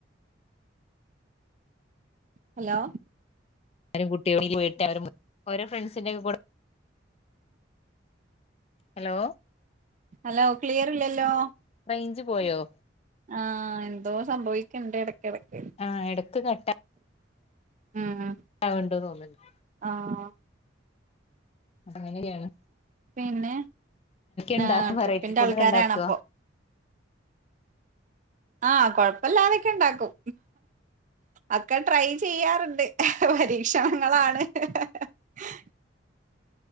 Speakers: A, on the right (about 40°); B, on the left (about 30°).
A: ഹലോ
B: അവരും കുട്ടികട്ട അവ ഓരോ ഫ്രണ്ട്സിന്റെ ഒക്കെ കൂ ഹലോ
A: ഹലോ ക്ലിയർ ഇല്ലല്ലോ
B: റൈഞ്ച് പോയോ
A: ആഹ് എന്തോ സംഭവിക്കണ്ട് ഇടക്കടക്ക്
B: ആഹ് എടക്ക് കട്ട
A: ഉം
B: ആണ്ടോ തോന്നിണ്ട്
A: ആഹ്
B: അങ്ങനെയാണ്
A: പിന്നെ
B: ഇണ്ടാക്കും
A: ആ ട്രിപ്പിന്റെ
B: വെറൈറ്റി ഫുഡ്
A: ആൾക്കാരാണപ്പൊ
B: ഒക്കെ ഇണ്ടാക്കോ
A: ആഹ കൊഴപ്പില്ലാതൊക്കെ ഇണ്ടാക്കും. ഒക്കെ ട്രൈ ചെയ്യാറുണ്ട്. പരീക്ഷണങ്ങളാണ്. ഹഹ